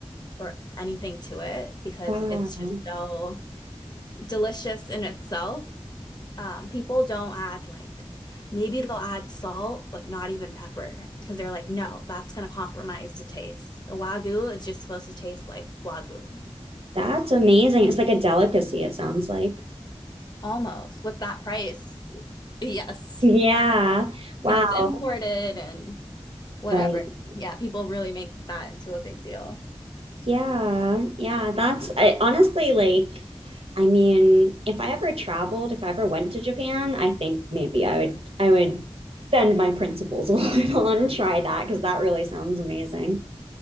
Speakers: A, on the left; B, on the right.
A: or anything to it because
B: Wow.
A: it's just so delicious in itself. Um, people don't add like maybe they'll add salt, but not even pepper because they're like, no, that's gonna compromise the taste. A wagyu is just supposed to taste like wagyu,
B: That's amazing. It's like a delicacy, it sounds like.
A: almost with that price. Yes.
B: Yeah. Wow.
A: And it's imported and whatever.
B: Right.
A: Yeah, people really make that into a big deal.
B: Yeah. Yeah. That's I, honestly like, I mean, if I ever traveled, if I ever went to Japan, I think maybe I would, I would bend my principles <laughs> a little and try that because that really sounds amazing.